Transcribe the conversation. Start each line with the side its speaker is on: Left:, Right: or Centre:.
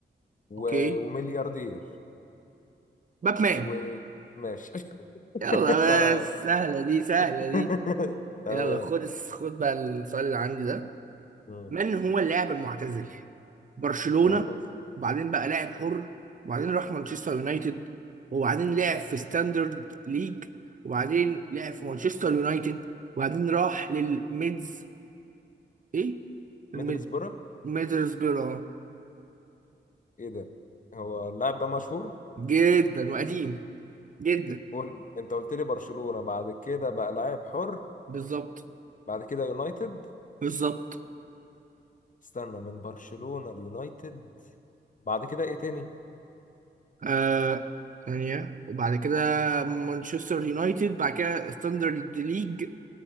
Left: و...
Right: اوكي
Left: وملياردير
Right: باتمان
Left: وماشي
Right: يلا
Left: <laughs> تمام
Right: بس سهله دي سهله
Left: <laughs>
Right: دي
Left: تمام
Right: يلا خد الس- خد بقى السؤال اللي عندي ده
Left: مم.
Right: من هو اللاعب المعتزل برشلونة
Left: معتز
Right: وبعدين بقى لاعب حر وبعدين راح مانشستر يونايتد وبعدين لعب في ستاندرد ليج وبعدين لعب في مانشستر يونايتد وبعدين راح للميدز ايه الميد
Left: ميدلسبرة
Right: ميدلسبرا آه.
Left: ايه ده هو اللاعب ده مشهور
Right: جدا وقديم جدا
Left: قول انت قلت لي برشلونة بعد كده بقى لاعب حر
Right: بالظبط
Left: بعد كده يونايتد
Right: بالظبط
Left: استنى من برشلونة ليونايتد بعد كده ايه تاني
Right: آه ثانية وبعد كده مانشستر يونايتد بعد كده ستاندرد ليج